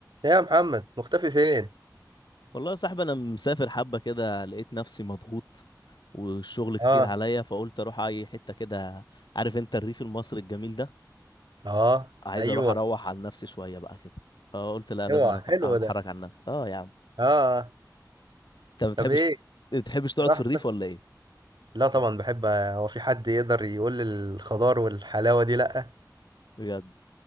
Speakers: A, on the right; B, on the left.
A: إيه يا محمد مختفي فين؟
B: والله يا صاحبي انا مسافر حبه كده لقيت نفسي مضغوط والشغل كتير
A: اه
B: عليا فقلت اروح اي حته كده عارف انت الريف المصري الجميل ده
A: اه
B: عايز
A: ايوه
B: اروح اروح عن نفسي شويه بقى كده فقلت لا لازم
A: اوعى
B: أنا
A: حلو
B: أتح- اتحرك
A: ده
B: عن نفسي اه يا عم
A: اه آه.
B: انت ما بتحبش
A: طب ايه
B: ما بتحبش تقعد
A: راح
B: في الريف
A: تسافر
B: ولا ايه
A: لا طبعا بحب هو في حد يقدر يقول لي الخضار والحلاوه دي لا
B: بجد